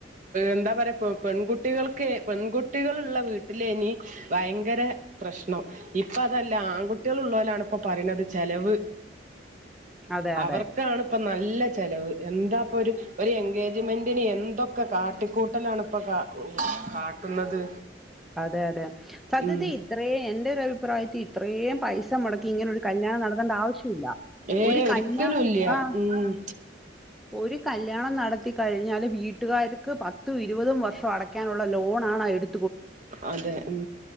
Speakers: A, on the right; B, in the centre.
A: എന്താ പറയാ പെൺകുട്ടികൾക്ക് പെൺകുട്ടികൾള്ള വീട്ടില ഇനി ഭയങ്കര പ്രശ്നം ഇപ്പൊ അതല്ല ആൺകുട്ടികൾ ഉള്ളവരാണ് ഇപ്പൊ പറയുന്നത് ചെലവ്
B: <inaudible> അതെ
A: അവർക്കാണ് ഇപ്പ നല്ല ചിലവ് എന്താ ഇപ്പൾ ഒരു എൻഗേജ്മെൻറിന് എന്തൊക്കെ കാട്ടിക്കൂട്ടലാണ ഇപ്പോൾ കാ കാട്ടുന്നത്
B: അതെ അതെ സത്യത്തിൽ
A: ഉം
B: ഇത്രയും എന്റെ ഒരു അഭിപ്രായത്തിൽ ഇത്രയും പൈസ മുടക്കി ഇങ്ങനെ ഒരു കല്യാണം നടത്തേണ്ട ആവശ്യം ഇല്ല
A: ഏ
B: ഒരു കല്യാ
A: ഒരിക്കലും ഇല്ല
B: ആ
A: ഉം
B: ഒരു കല്യാണം നടത്തി കഴിഞ്ഞാല് വീട്ടുകാർക്ക് പത്തും ഇരുപതും വർഷം അടയ്ക്കാനുള്ള ലോണ ആണ് എടു
A: അതെ ഉം